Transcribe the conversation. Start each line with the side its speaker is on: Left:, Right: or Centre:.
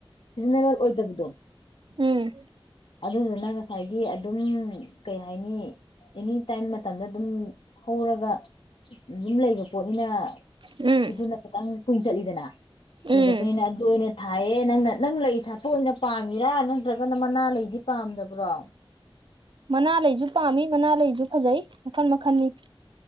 Left: ꯁꯤꯖꯤꯟꯅꯕ ꯑꯣꯏꯗꯕꯗꯣꯟ
Right: ꯎꯝ
Left: ꯑꯗꯨꯗꯨꯅ ꯉꯁꯥꯏꯒꯤ ꯑꯗꯨꯝ ꯀꯩ ꯍꯥꯏꯅꯤ ꯑꯦꯅꯤ ꯇꯥꯏꯝ ꯃꯇꯝꯗ ꯑꯗꯨꯝ ꯍꯧꯔꯒ ꯑꯗꯨꯝ ꯂꯩꯕ ꯄꯣꯠꯅꯤꯅ
Right: ꯎꯝ
Left: ꯑꯗꯨꯅ ꯈꯤꯇꯪ ꯀꯨꯏꯅ ꯆꯠꯂꯤꯗꯅ
Right: ꯎꯝ
Left: ꯀꯨꯏ ꯆꯠꯄꯅꯤꯅ ꯑꯗꯨ ꯑꯣꯏꯅ ꯊꯥꯏꯌꯦ ꯂꯪꯅ ꯅꯪ ꯂꯩ ꯁꯥꯠꯇꯣꯛ ꯑꯣꯏꯅ ꯄꯥꯝꯃꯤꯔꯥ ꯅꯠꯇ꯭ꯔꯒꯅ ꯃꯅꯥ ꯂꯩꯗꯤ ꯄꯥꯝꯗꯕ꯭ꯔꯣ
Right: ꯃꯅꯥ ꯂꯩꯁꯨ ꯄꯥꯝꯃꯤ ꯃꯅꯥ ꯂꯩꯁꯨ ꯐꯖꯩ ꯃꯈꯟ ꯃꯈꯟꯅꯤ